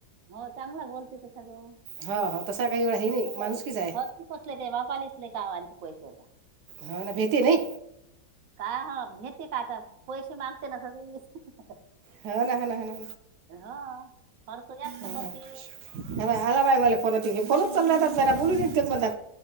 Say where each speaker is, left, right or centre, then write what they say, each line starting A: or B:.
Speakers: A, on the right; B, on the right.
A: हो चांगला बोलते त सगं
B: हा हा तसा काही एवढा हे नाही
A: फक्त
B: माणुसकीच
A: काय
B: आहे
A: खर्ती कसले ते वापालेसले का आणच्या पैशाचा
B: हा ना भेती नाही
A: काय हा भेते काय आता पैसे मागते ना स
B: हा ना ना
A: हो खर्च जास्त
B: ह
A: करते
B: हा आला बाई मला फोनत फोनच चालला जरा बोलून देत म त्या